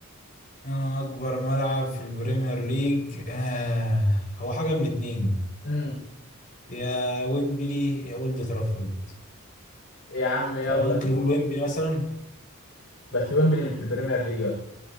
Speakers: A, on the left; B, on the left.
A: آه، أكبر ملعب في البريمير ليج آه هو حاجة من اتنين
B: مم.
A: يا ويمبلي يا أولد ترافورد
B: يا عم يلا
A: فممكن
B: شوف
A: نقول ويمبلي مثلا
B: بس ويمبلي مش في البريمير ليج يا اسطى